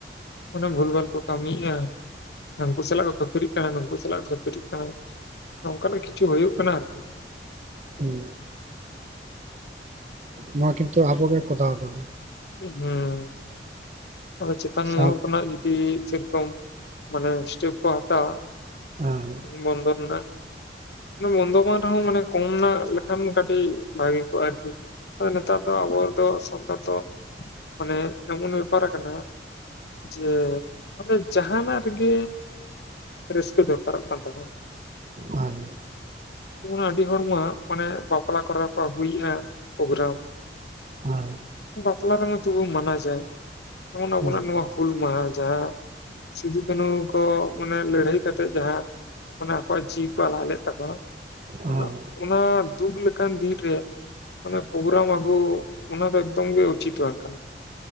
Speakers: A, on the left (about 70°); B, on the right (about 40°).
A: ᱚᱱᱟ ᱵᱷᱩᱞ ᱵᱷᱟᱞ ᱠᱚ ᱠᱟᱹᱢᱤᱭᱮᱜ-ᱟ᱾ ᱦᱟᱝᱠᱩ ᱥᱟᱞᱟᱜ ᱠᱚ ᱠᱷᱟᱹᱯᱟᱹᱨᱤᱜ ᱠᱟᱱᱟ, ᱱᱩᱝᱠᱩ ᱥᱟᱞᱟᱜ ᱠᱚ ᱠᱷᱟᱹᱯᱟᱹᱨᱤᱜ ᱠᱟᱱᱟ ᱠᱚ, <inaudible> ᱚᱝᱠᱟᱱᱟᱜ ᱠᱤᱪᱷᱩ ᱦᱳᱭᱳᱜ ᱠᱟᱱᱟ ᱟᱨᱠᱤ᱾
B: ᱦᱩᱸ, ᱚᱱᱟ ᱠᱤᱱᱛᱩ ᱟᱵᱚ ᱜᱮ ᱠᱚᱨᱟᱣ ᱟᱵᱚᱱ᱾
A: ᱦᱩᱸ᱾ ᱟᱫᱚ ᱪᱮᱛᱟᱱ
B: ᱥᱟᱶ
A: ᱢᱚᱦᱚᱞ ᱠᱷᱚᱱᱟᱜ ᱡᱚᱫᱤ ᱥᱮᱨᱚᱠᱚᱢ ᱢᱟᱱᱮ ᱥᱴᱮᱯ ᱠᱚ ᱦᱟᱛᱟᱣᱟ,
B: ᱦᱩᱸ᱾
A: ᱵᱚᱱᱫᱚᱨ ᱨᱮᱱᱟᱜ, ᱢᱟᱱᱮ ᱵᱚᱱᱫᱚ ᱵᱟᱝ ᱨᱮ ᱦᱚᱸ ᱢᱟᱱᱮ ᱠᱚᱢ ᱨᱮᱱᱟᱜ ᱞᱮᱠᱷᱟᱱ ᱠᱟᱹᱴᱤᱡ ᱵᱷᱟᱜᱮ ᱠᱚᱜᱼᱟ ᱟᱨᱠᱤ᱾ ᱟᱫᱚ ᱱᱮᱛᱟᱨ ᱫᱚ ᱟᱵᱚ ᱫᱚ ᱥᱟᱱᱛᱟᱲ ᱫᱚ ᱢᱟᱱᱮ ᱮᱢᱚᱱ ᱵᱮᱯᱟᱨ ᱟᱠᱟᱱᱟ ᱡᱮ ᱢᱟᱱᱮ ᱡᱟᱦᱟᱱᱟᱜ ᱨᱮᱜᱮ ᱨᱟᱹᱥᱠᱟᱹ ᱫᱚᱨᱠᱟᱨᱚᱜ ᱠᱟᱱ ᱛᱟᱠᱚᱣᱟ
B: ᱦᱮᱸ
A: ᱡᱮᱢᱚᱱ, ᱟᱹᱰᱤ ᱦᱚᱲᱢᱟ ᱢᱟᱱᱮ ᱵᱟᱯᱞᱟ ᱠᱚᱨᱮ ᱠᱚ ᱟᱜᱩᱭᱮᱜᱼᱟ ᱯᱨᱳᱜᱨᱟᱢ᱾
B: ᱦᱮᱸ᱾
A: ᱪᱟᱞᱟᱜ ᱠᱟᱱᱟ ᱛᱩᱵᱩ ᱢᱟᱱᱟ ᱡᱟᱭ ᱛᱮᱢᱚᱱ ᱟᱵᱚᱱᱟᱜ
B: ᱦᱮᱸ
A: ᱱᱚᱣᱟ ᱦᱩᱞ ᱢᱟᱦᱟ ᱡᱟᱦᱟᱸ ᱥᱤᱫᱩ ᱠᱟᱹᱱᱩ ᱠᱚ, ᱢᱟᱱᱮ ᱞᱟᱹᱲᱦᱟᱹᱭ ᱠᱟᱛᱮᱜ ᱡᱟᱦᱟᱸ ᱢᱟᱱᱮ ᱟᱠᱚᱣᱟᱜ ᱡᱤᱸᱣᱤ ᱠᱚ ᱟᱞᱟᱭ ᱞᱮᱫ ᱛᱟᱠᱚᱣᱟ᱾
B: ᱦᱮᱸ
A: ᱩᱱᱟᱜ ᱚᱱᱟ ᱫᱩᱠ ᱞᱮᱠᱟᱱ ᱫᱤᱱ ᱨᱮ᱾ ᱢᱟᱱᱮ ᱯᱨᱳᱜᱨᱟᱢ ᱟᱹᱜᱩ, ᱚᱱᱟ ᱫᱚ ᱮᱠᱫᱚᱢ ᱜᱮ ᱩᱪᱤᱛ ᱵᱟᱝ ᱠᱟᱱᱟ᱾